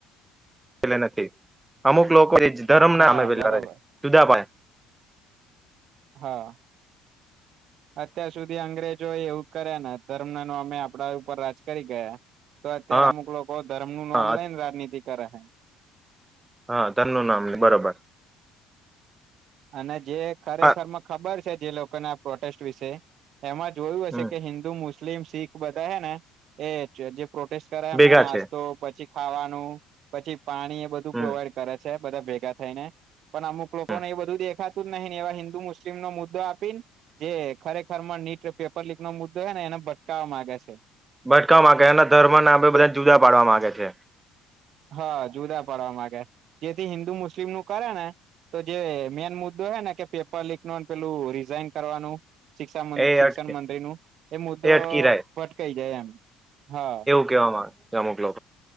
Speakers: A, on the right; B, on the right.
A: નથી અમુક લોકો એ ધર્મ
B: હા
A: ના અમે પે
B: બરાબર
A: છે. જુદા પા
B: હા. અત્યાર સુધી અંગ્રેજો એવું કર્યા ને ધર્મ, ન અમે આપડા ઉપર રાજ કરી ગયા તો અત્યારે
A: હા
B: અમુક લોકો ધર્મ નું નામ
A: હા
B: લઈને રાજનીતિ કરે છે.
A: હા, તનું નામ બરોબર
B: અને જે ખરેખર
A: હા
B: ખબર છે. જે લોકોને આ પ્રોટેસ્ટ વિશે એમાં જોયું હશે
A: હમ
B: કે હિન્દુ મુસ્લિમ શીખ બધા હે, ને એ જે પ્રોટેસ્ટ કરે એમ
A: ભેગા
B: નાસ્તો
A: છે
B: પછી ખાવાનું પછી પાણી એ બધું
A: હમ
B: પ્રોવાઈડ કરે છે બધા ભેગા થઈ ને પણ અમુક લોકો
A: હમ
B: ને એ બધું દેખાતું જ નહીને એવા હિન્દુ મુસ્લિમ નો મુદ્દ આપી ને જે ખરેખર માં નીટ પેપર લીક નો મુદ્દો છે ને એને ભટકાાવવા માંગે છે.
A: ભટકાવા માંગે છે. એના ધર્મ ના બધાને જુદા પાડવા માંગે છે.
B: હા જુદા પડવા માંગે જેથી હિન્દુ મુસ્લિમ નું કરે ને. તો જે મેન મુદ્દો હ ને કે પેપર લીક નો પેલું રિઝાઈન કરવાનું શિક્ષ
A: એ
B: શિક્ષણ
A: અટકે
B: મંત્રી નું એ મુદ્દો
A: અટકી રહે
B: ભટકાઈ જાય એમ હા
A: ઓકે હ્યા મુંકલો